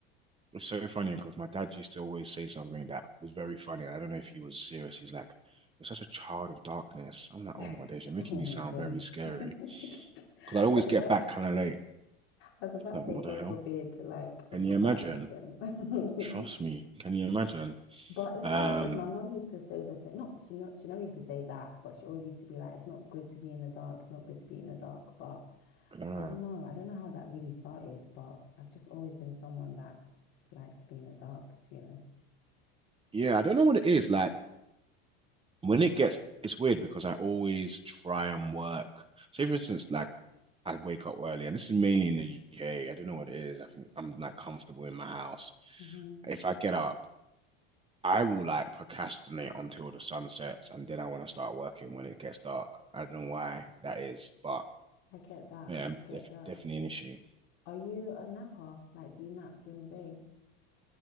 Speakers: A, on the right; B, on the left.
A: it's so funny because my dad used to always say something that was very funny. and I don't know if he was serious. He's like, "You're such a child of darkness." I'm like, "Oh
B: <laughs>
A: my days, you're making
B: Oh
A: me
B: my
A: sound
B: gosh.
A: very scary."
B: <laughs> I
A: Because I always
B: was
A: get
B: about
A: back
B: to,
A: kind of late.
B: I was about
A: Like,
B: to say,
A: what
B: God
A: the hell?
B: forbid, like a
A: Can
B: proper
A: you imagine?
B: African. <laughs>
A: Trust me. Can you imagine?
B: But it's
A: Um,
B: funny because my mom used to say the same. Not she not she never used to say that, but she always used to be like, "It's not good to be in the dark. It's not good to be in the dark." But
A: uh,
B: I don't know. I don't know how that really started, but I've just always been someone that likes to be in the dark, to be honest.
A: yeah, I don't know what it is. Like, when it gets, it's weird because I always try and work. Say, for instance, like I wake up early, and this is mainly in the UK. I don't know what it is. I think I'm not comfortable in my house.
B: hmm
A: If I get up, I will like procrastinate until the sun sets, and then I want to start working when it gets dark. I don't know why that is, but
B: I get that.
A: yeah,
B: I get
A: def
B: that.
A: definitely an issue.
B: Are you a napper? Like, do you nap during the day?